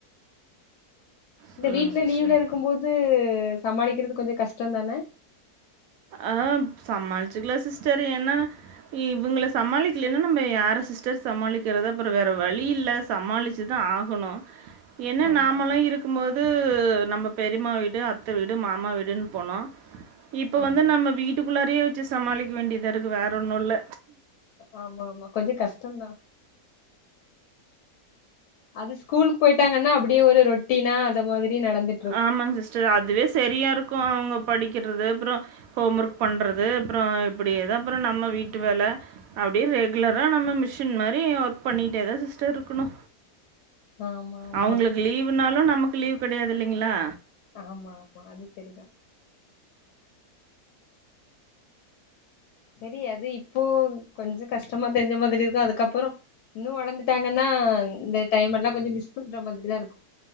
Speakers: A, on the left (about 85°); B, on the right (about 70°).
A: இந்த
B: சொல்லுங்கள்
A: வீட்டுல
B: சிஸ்டர்
A: லீவ்ல இருக்கும் போது சமாளிக்கிறது கொஞ்ச கஷ்டதான
B: ஆ சமாளிச்சுக்கலா சிஸ்டர் ஏன்னா இவங்கள சமாளிக்கல்லன்னா நம்ம யார சிஸ்டர் சமாளிக்கிறது அப்பற வேற வழி இல்ல சமாளிச்சுதா ஆகணு என்ன
A: ஆமா
B: நாம்மலா இருக்கும் போது நம்ம பெரிம்மா வீடு அத்த வீடு மாமா வீடுன்னு போனோ இப்ப
A: ஆமா
B: வந்து நம்ம வீட்டுக்குள்ளாரே வச்சு சமாளிக்க வேண்டியதா இருக்கு வேற ஒன்னு இல்ல
A: ஆமா ஆமா கொஞ்ச கஷ்டந்தா அது ஸ்கூலுக்கு போயிட்டாங்கன்னா அப்டியே ஒரு ரொட்டீனா அந்த மாதிரி நடந்து
B: ஆமாங்க சிஸ்டர் அதுவே சரியா இருக்கும் அவுங்க படிக்கறது அப்பற ஹோம் ஒர்க் பண்றது அப்பற இப்டி ஏதோ அப்பற நம்ம வீட்டு வேல அப்டியே ரெகுலரா நம்ம மிஷின் மாரி ஒர்க் பண்ணிட்டேதா சிஸ்டர் இருக்கணு
A: ஆமா ஆமா
B: அவுங்களுக்கு லீவ்னாலு நமக்கு லீவ் கிடையாது இல்லிங்களா
A: ஆமா ஆமா அது சரிதா சரி அது இப்போ கொஞ்ச கஷ்டமா தெரிஞ்ச மாதிரி இருக்கும் அதுக்கப்பற இன்னு வளர்ந்துட்டாங்கன்னா இந்த டைம் எல்லா கொஞ்ச மிஸ் பண்ற மாதிரி தா இருக்கு